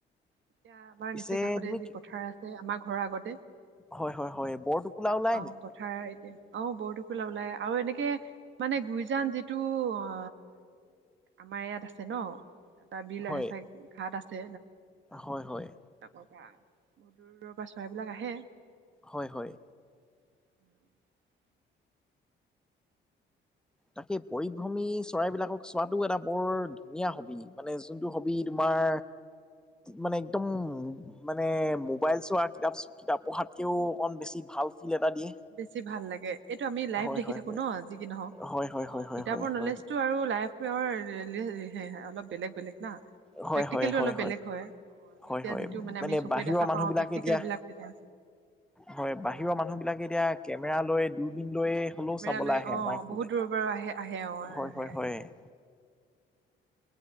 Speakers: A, on the right (about 70°); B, in the centre.
A: এতিয়া আমাৰ
B: পিছে
A: নিচে কাষতে
B: তুমি
A: যি
B: কি
A: পথাৰ আছে আমাৰ ঘৰৰ আগতেই
B: হয় হয় হয় বৰটোকোলা ওলাই
A: অ',
B: নি
A: পথাৰ এতিয়া অ', বৰ টোকুলা ওলাই আৰু এনে মানে, মানে গুইজান যিটো অ আ আমাৰ ইয়াত আছে ন এটা বিল
B: হয়
A: সে চাইড ঘাট আছে
B: হয় হয়
A: এয়া পা যা। বহুত দূৰ দূৰৰ পৰা চৰাইবিলাক আহে
B: হয় হয়
A: <inaudible>
B: তাকে পৰিভ্ৰমী চৰাইবিলাকক চোৱাটো এটা বৰ ধুনীয়া হবি মানে যোনটো হবি তোমাৰ মানে একদম মানে মোবাইল চোৱা কিতাপ কিতাপ পঢ়াতকেও অকণ বেছি ভাল ফিল এটা দিয়ে
A: বেছি ভাল লাগে এইটো আমি লাইফ
B: হয়
A: দেখি
B: হয়
A: থাকো
B: হয়
A: ন যি কি নহওঁক
B: হয় হয়
A: অ
B: হয়
A: কিতাপৰ
B: হয়
A: নলেজটো
B: হয়
A: আৰু লাইফৰ অলপ বেলেগ বেলেগ না
B: হয় হয়
A: প্ৰেক্টিকেলটো
B: হয় হয় হয়
A: অলপ বেলেগ হয়। আমি
B: হয়
A: এতিয়া
B: হয়
A: যিটো মানে আমি চকুৱে
B: বাহিৰৰ
A: দেখা
B: মানুহ
A: পাওঁ
B: বিলাকে
A: প্ৰেক্টিকেল
B: এতিয়া
A: বিলাক তেতিয়া
B: হয় বাহিৰৰ মানুহ বিলাকে এতিয়া কেমেৰা লৈ দূৰ লৈ হ'লো
A: কেমেৰা
B: চাবলে
A: লৈ
B: আহে
A: অ
B: আমাৰ এইফালে
A: বহুত দূৰৰ পৰা আহে আহে অ
B: হয়
A: আহে
B: হয়
A: আহে
B: হয়ে <inaudible>